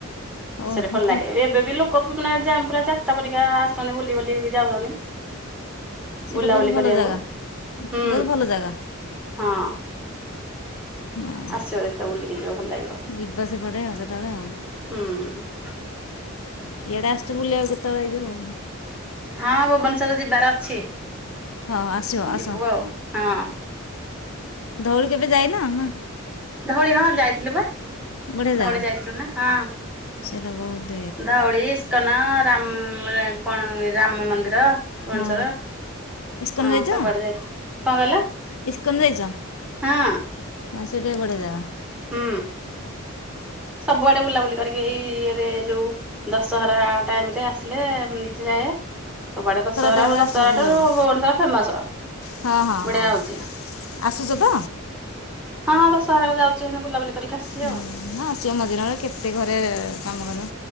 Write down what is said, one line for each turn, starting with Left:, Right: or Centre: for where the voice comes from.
Left: ଓହୋ
Centre: ସେଟା ଭଲ ଲାଗେ ଏବେ ବି ଲୋକ ମାନେ ଯା ପୁରା ଯାତ୍ରା ପରିକା ଆସନ୍ତି ବୁଲି ବାଲି ବୁଲି ବୁଲି ଯାଉଛନ୍ତି।
Left: ସେଇଟା
Centre: ବୁଲାବୁଲି
Left: ବହୁତ
Centre: କରିବାକୁ
Left: ଭଲ ଜାଗା
Centre: ହୁଁ
Left: ବହୁତ ଭଲ ଜାଗା।
Centre: ହଁ
Left: ହଁ।
Centre: ଆସିବ ଦେଖିବ ବୁଲିକି ଭଲ ଲାଗିବ।
Left: ଯିବା ସେ ପଟେ ଆଉ କେତେବେଳେ ଆଉ।
Centre: ହୁଁ।
Left: ଇଆଡେ ଆସିଚୁ ବୁଲିବାକୁ କେତେବେଳେ ଏଇ ଜଉ
Centre: ହଁ ଭୁବନେଶ୍ଵର ଯିବାର ଅଛି
Left: ହଁ ଆସିବ ଆସ
Centre: ଯିବୁ ଆଉ ହଁ।
Left: ଧଉଳି କେବେ ଯାଇନ ନା?
Centre: ଧଉଳି ହଁ ଯାଇଥିଲୁ ପା।
Left: ବଢ଼ିଆ
Centre: ଧଉଳି
Left: ଜାଗା
Centre: ଯାଇଥିଲୁ ନା ହଁ
Left: ସେଇଟା ବହୁତ
Centre: ଧଉଳି ଇସ୍ କନ ରାମ କଣ ରାମ ମନ୍ଦିର ଭୁବନେଶ୍ୱର।
Left: ହଁ ଇସ୍କନ
Centre: ହଁ
Left: ଯାଇଛ
Centre: ସବୁଆଡେ ଯାଇଥିଲୁ। କଣ କିହିଲ?
Left: ଇସ୍କନ ଯାଇଛ
Centre: ହଁ।
Left: ହଁ ସେଇଟା ବି ବଢିଆ ଜାଗା।
Centre: ହୁଁ। ସବୁଆଡେ ବୁଲାବୁଲି କରିକି ଏଇ ଇଏରେ ଯୋଉ ଦଶହରା ଟାଇମରେ ଆସିଲେ ଯାଏ। ସବୁଆଡେ ଦଶହରା
Left: ଟାଇମ୍ରେ
Centre: ଦଶହରା
Left: ଆସ ବୁଲିବାକୁ
Centre: ଟାର ଭୁବନେଶ୍ୱର ଫେମସ।
Left: ହଁ ହଁ
Centre: ବଢିଆ
Left: ହଁ
Centre: ହଉଛି
Left: ଆସୁଛ ତ?
Centre: ହଁ ହଁ ଦଶହରାକୁ ଯାଉଛି ହେନ୍ତି ବୁଲାବୁଲି କରିକି ଆସୁଛି
Left: ହୁଁ
Centre: ଆଉ
Left: ମ ଆସିବ ମଝିର କେତେ ଘରେ କାମ କରିବ।